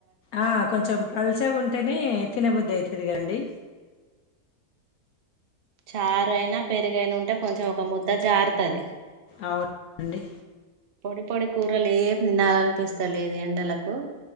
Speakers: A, on the left (about 75°); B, on the right (about 50°).
A: ఆ కొంచెం పల్చాగా ఉంటేనే తినబుద్దు అయిత ఇదిగండి
B: చారు అయినా పెరుగైనా ఉంటే కొంచెం ఒక ముద దా జారుతది
A: అవునండి
B: పొడి పొడి కూరలు ఏ తీనాలనిపిస్తలేదు ఎండలకు పో